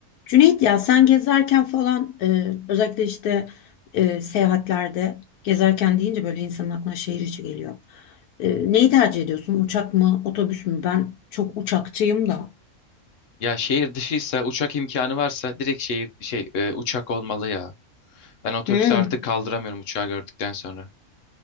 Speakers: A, on the left; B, on the left.
A: Cüneyt ya sen gezerken falan e, özellikle işte e, seyahatlerde gezerken deyince böyle insanın aklına şehir içi geliyor. E, neyi tercih ediyorsun? Uçak mı, otobüs mü? Ben çok uçakçıyım da.
B: Ya şehir dışıysa uçak imkanı varsa direkt şehir şey e, uçak olmalı ya. Ben otobüsü
A: Hmm.
B: artık kaldıramıyorum uçağı gördükten sonra.